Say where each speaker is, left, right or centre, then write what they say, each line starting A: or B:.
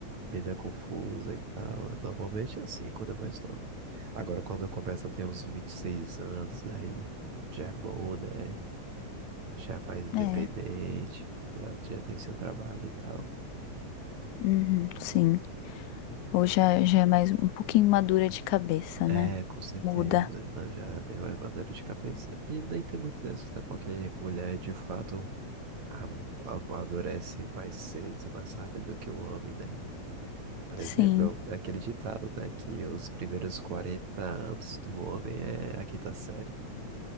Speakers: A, on the right; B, on the left.
A: vida confusa e tal. Normalmente é assim quando eu mais novo. Agora, quando eu começo a ter uns 26 anos, daí já é bom, né? Já é mais independente,
B: É, É,
A: tá ligado? Já tem seu trabalho e tal.
B: uhum, sim. Ou já, já é mais um pouquinho madura de cabeça,
A: É,
B: né?
A: com certeza,
B: Muda.
A: não, já é bem mais maduro de cabeça. E nem tem muito dessa, né? Porque mulher, de fato. a- amadurece mais cedo e mais rápido que o homem, né? Por
B: Sim,
A: exemplo, é aquele ditado, né? Que os primeiros 40 anos do homem é a quinta série.